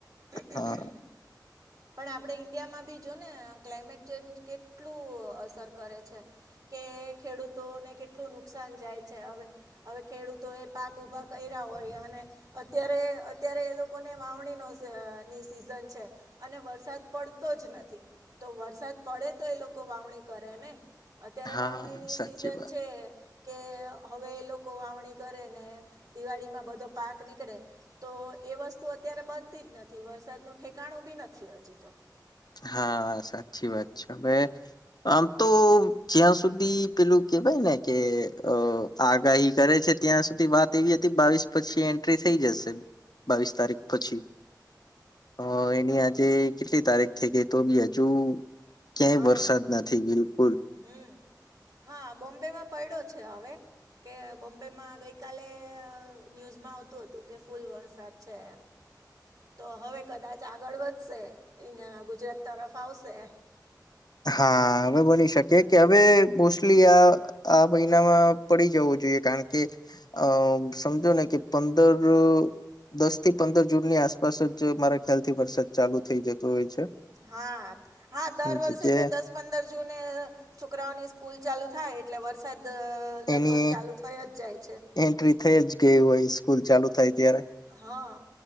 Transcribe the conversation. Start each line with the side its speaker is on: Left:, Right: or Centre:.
Right: <unintelligible>
Left: હા
Right: પણ આપડે ઈન્ડિયામાં ભી જો ને ક્લાયમેટ ચેન્જ કેટલું અસર કરે છે કે ખેડૂતોને કેટલું નુકસાન જાય છે હવે હવે ખેડૂતો એ પાક ઉભા કયરા હોય અને અત્યારે અત્યારે એ લોકોને વાવણી નશે અ ની સીઝન છે, અને વરસાદ પડતો જ નથી તો વરસાદ પડે તો એ લોકો વાવણી કરે ને અત્યારે
Left: હા
Right: વાવણીની
Left: સાચી
Right: સિઝન
Left: વાત
Right: છે, કે હવે લો કો વાવણી કરે ને દિવાળીમાં બધો પાક નીકળે તો એ વસ્તુ અત્યારે બનતી નથી વરસાદ નું ઠેકાણું બી નથી હજી તો
Left: હા સાચી વાત છે, હવે આમ તો જ્યાં સુધી પેલું કેવાય ને કે અ આગાહી કરે છે, ત્યાં સુધી વાત એવી હતી બાવીસ પછી એન્ટ્રી થ ઈ જશે બાવીસ તારીખ પછી.
Right: <inaudible>
Left: અ એની
Right: હા
Left: આજે કેટલી તારીખ થઈ ગઈ તો બી હજુ. ક્યાંય
Right: હા
Left: વરસાદ નથી બિલકુલ
Right: હમ હા બોમ્બે માં પયડો છે હવે કે બોમ્બે માં ગઈ કાલે ન્યૂઝમાં આવતું હતું કે ફૂલ વરસાદ છે, તો હવે કદાચ આગળ વધશે ઇયના ગુજરાત તરફ આવશે
Left: હા હવે બની શકે કે હવે મોસ્ટલી આ આ મહિનામાં પડી જવું જોઈએ કારણ કે અ સમજો ને કે પંદર દસ થી પંદર જૂનની આસપાસ જ મારા ખ્યાલ થી વરસાદ ચાલુ થઈ જતો હોય છે.
Right: હા હા દર વર્ષે
Left: જગ્યાએ
Right: દસ પંદર જૂને છોકરાઓની સ્કૂલ ચાલુ થાય એટલે વરસાદ અ, લગભગ
Left: એની
Right: ચાલુ થઈ જ જાય છે
Left: એન્ટ્રી થઈ જ ગય હોય સ્કૂલ ચાલુ. થાય ત્યારે
Right: હા